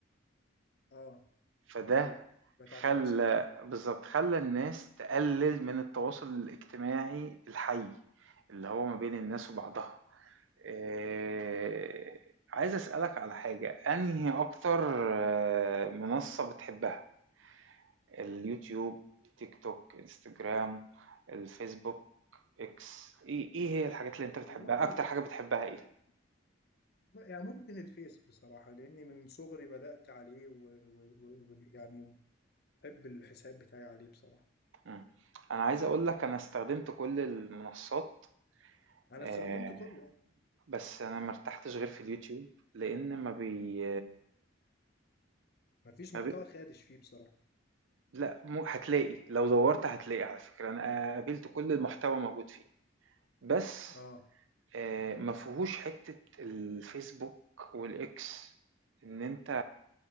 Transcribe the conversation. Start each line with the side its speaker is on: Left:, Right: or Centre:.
Left: اه
Right: فده
Left: دي حقيقة ده تعبير
Right: خلّى
Left: أصح
Right: بالضبط، خلّى الناس تقلِّل من التواصل الاجتماعي الحَي، اللي هو ما بين الناس وبعضها. آآ عايز أسألك على حاجة، أنهي أكتر آه، منصّة بتحبها؟ اليوتيوب، تيك توك، إنستجرام، الفيسبوك، إكس، إيه إيه هي الحاجات اللي أنت
Left: والله
Right: بتحبها أكتر حاجة بتحبها إيه؟
Left: لا لا، يعني ممكن الفيس بصراحة لأني من صغري بدأت عليه ويعني و... و... و... يعني بحب الحساب بتاعي عليه بصراحة
Right: إمم. أنا عايز أقول لك أنا استخدمت كل المنصّات
Left: أنا
Right: آآ
Left: استخدمته كله
Right: بس انا ما ارتحتش غير في اليوتيوب لان ما بي
Left: مفيش
Right: ما
Left: محتوى
Right: بي...
Left: خادش فيه بصراحة
Right: لا مو هتلاقي لو دورت هتلاقي على فكرة انا قابلت كل المحتوى موجود فيه بس
Left: آه
Right: آه، ما فيهوش حتة الفيسبوك والاكس ان انت